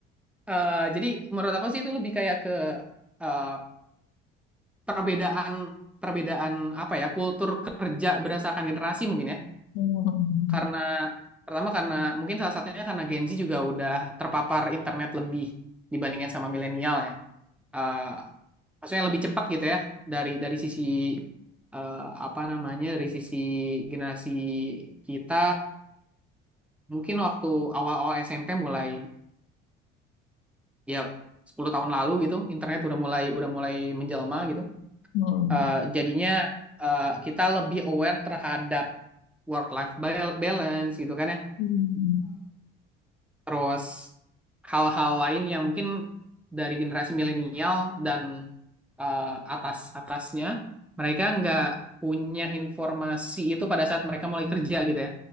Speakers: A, in the centre; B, on the left.
A: Eh, jadi menurut aku sih itu lebih kayak ke eh, perbedaan perbedaan apa ya kultur kerja berdasarkan generasi mungkin ya.
B: Mm-mm.
A: Karena pertama karena mungkin salah satunya karena Gen Z juga udah terpapar internet lebih dibandingkan sama milenial ya. eh, maksudnya lebih cepat gitu ya dari dari sisi eh, apa namanya dari sisi generasi kita mungkin waktu awal-awal SMP mulai ya 10 tahun lalu gitu internet udah mulai udah mulai menjelma gitu
B: Mm-mm. Mm-mm.
A: Eh, jadinya eh, kita lebih aware terhadap work life balance gitu kan ya
B: Mm-mm.
A: Terus hal-hal lain yang mungkin dari generasi milenial dan eh, atas atasnya mereka nggak punya informasi itu pada saat mereka mulai kerja gitu ya.